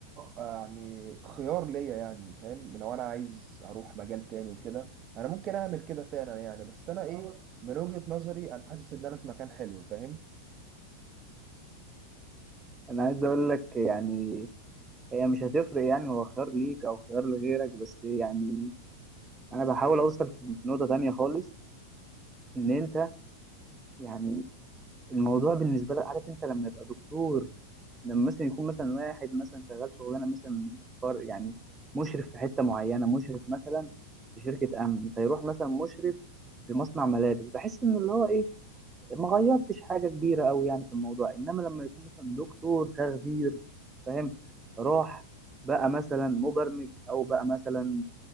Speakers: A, on the right (about 35°); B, on the right (about 20°).
A: يعني خيار ليا يعني فاهم لو انا عايز اروح مجال تاني وكده انا ممكن اعمل كده فعلا يعني بس انا ايه من وجهة نظري انا حاسس ان انا في مكان حلو فاهم
B: انا عايز اقول لك يعني هي مش هتفرق يعني هو خيار ليك او خيار لغيرك بس يعني انا بحاول اوصل في في نقطة تانية خالص ان انت يعني الموضوع بالنسبة لك عارف انت لما يبقى دكتور لما مثلا يكون مثلا واحد مثلا شغال شغلانة مثلا فار يعني مشرف في حتة معينة مشرف مثلا في شركة امن فيروح مثلا مشرف في مصنع ملابس بحس ان اللي هو ايه ما غيرتش حاجه كبيره قوي يعني في الموضوع انما لما يكون مثلا دكتور تخدير فاهم راح بقى مثلا مبرمج او بقى مثلا